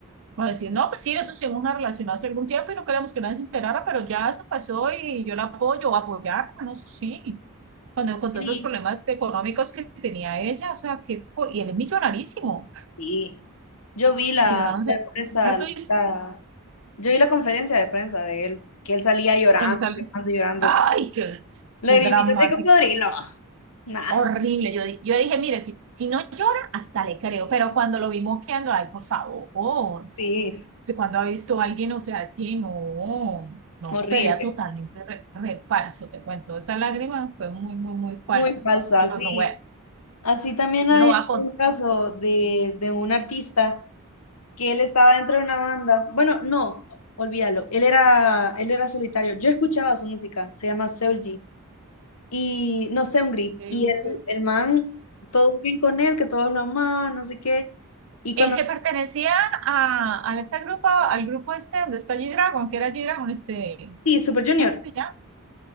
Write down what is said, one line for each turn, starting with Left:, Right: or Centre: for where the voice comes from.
Right: Va a decir, no, pues sí, nosotros tuvimos una relación hace algún tiempo y no queríamos que nadie se enterara, pero ya eso pasó y yo la apoyo, o apoyar, no sé, sí. Cuando con
Left: Sí.
Right: todos esos problemas económicos que tenía ella, o sea, que, y él es millonarísimo,
Left: Sí. Yo vi la,
Right: y yo no sé,
Left: la prensa,
Right: entonces,
Left: la, yo vi la conferencia de prensa de él, que él salía llorando,
Right: donde sale
Left: llorando, llorando.
Right: Ay, qué,
Left: Lagrimitas
Right: qué dramático,
Left: de cocodrilo. Nah,
Right: horrible. Yo, di- yo dije, mire, si, si no llora, hasta le creo, pero cuando lo vi moqueando, ay, por favor,
Left: sí.
Right: usted cuando ha visto a alguien, o sea, es que no, no,
Left: Horrible.
Right: se veía totalmente re, re falso, te cuento, esa lágrima fue muy, muy, muy falsa.
Left: Muy falsa,
Right: Yo
Left: sí.
Right: no voy a,
Left: Así también
Right: yo
Left: hay
Right: no voy a contar.
Left: un caso de, de un artista que él estaba dentro de una banda. Bueno, no, olvídalo. Él era, él era solitario. Yo escuchaba su música, se llama Seul G. Y no sé, un gris.
Right: ¿Qué
Left: Y
Right: dulce?
Left: el, el man, todo bien con él, que todos lo amaban, no sé qué. Y
Right: El
Left: cuando.
Right: que pertenecía a, a ese grupo, al grupo este donde está G-Dragon, que era G-Dragon, este,
Left: Sí, Super Junior.
Right: ¿cómo se llama?